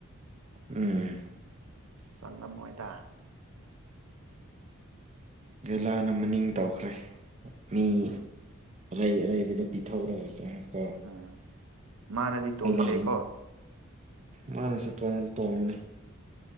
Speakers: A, on the right; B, on the right.
A: ꯎꯝ
B: ꯆꯪꯂꯝꯃꯣꯏꯗ
A: ꯂꯥꯅ ꯃꯅꯤꯡ ꯇꯧꯈ꯭ꯔꯦ ꯃꯤ ꯑꯔꯩ ꯑꯔꯩꯕꯗ ꯄꯤꯊꯧꯔꯒꯒ ꯀꯣ
B: ꯎꯝ ꯃꯥꯅꯗꯤ ꯇꯣꯡꯣꯡꯗꯦꯀꯣ
A: ꯑꯩ ꯂꯩꯔꯤ ꯃꯥꯅꯁꯨ ꯇ ꯇꯣꯡꯕꯅꯤ